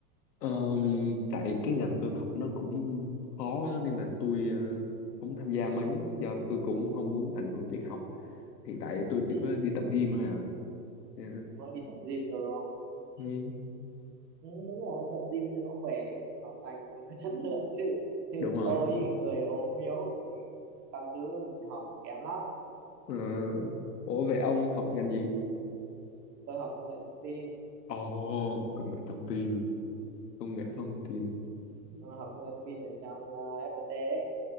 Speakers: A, on the left; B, on the right.
A: Ờm, tại cái ngành tôi học nó cũng khó á, nên là tôi ờ, không tham gia mấy do tôi cũng không muốn ảnh hưởng việc học hiện tại tôi chỉ
B: Ừ.
A: có đi tập gym thôi à Dạ.
B: Mới đi tập gym rồi đúng không? Ừ.
A: ừ,
B: Ừ, đúng rồi tập gym cho nó khỏe học hành nó có chất lượng chứ như
A: đúng rồi
B: tôi thì người ốm yếu người các thứ học kém lắm
A: Ờ, ủa vậy ông học ngành gì
B: tôi học công nghệ thông tin
A: ồ công nghệ thông tin công nghệ thông tin
B: tôi học công nghệ thông tin ở trong ờ, FPT ấy